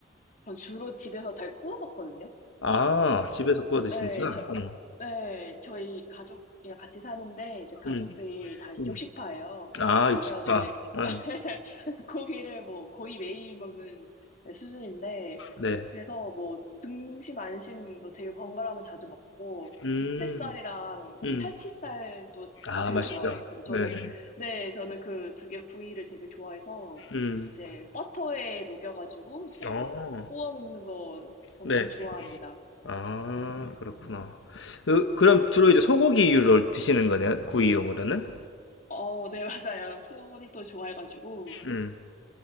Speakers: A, on the left (about 45°); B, on the left (about 80°).
A: 전 주로 집에서 잘 구워 먹거든요.
B: 아,
A: 그래서,
B: 집에서 구워
A: 저,
B: 드시는구나.
A: 네,
B: 어.
A: 네, 저희 가족이랑 같이 사는데 이제 가족들이
B: 음,
A: 다
B: 음.
A: 육식파예요.
B: 음. 아, 육식파.
A: 그래가지고 이 고-
B: 아,
A: <laughs> 고기를 뭐 거의 매일 먹는 수준인데
B: 네.
A: 그래서 뭐 등심 안심 뭐 되게 번갈아가면 자주 먹고
B: 음,
A: 부채살이랑
B: 음.
A: 살치살도
B: 아,
A: 되게
B: 맛있죠.
A: 좋아요. 그래서 저는
B: 네네.
A: 네, 저는 그 두 개 부위를 되게 좋아해서
B: 음.
A: 이제 버터에 녹여가지고 이제
B: 어,
A: 구워 먹는 거 엄청
B: 네.
A: 좋아합니다.
B: 아, 그렇구나. 그, 그럼 주로 이제 소고기류를 드시는 거네요? 구이용으로는?
A: 어, 네, <laughs> 맞아요. 소를 또 좋아해가지고,
B: 음.